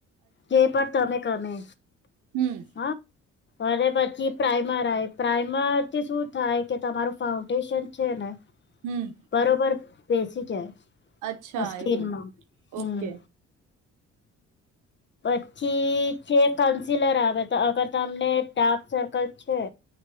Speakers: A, on the left; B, on the right.
A: જે પણ તમે ગમે.
B: હમ્મ.
A: હા અને પછી પ્રાઈમર આવે, પ્રાઈમરથી શું થાય કે તમારું ફાઉન્ડેશન છે ને
B: હમ
A: બરોબર. બેસી જાય.
B: અચ્છા,
A: સ્કિનમાં
B: એવું.
A: હમ
B: ઓકે.
A: પછી છે કન્સિલર આવે, તો અગર તમને ડાર્ક સર્કલ છે,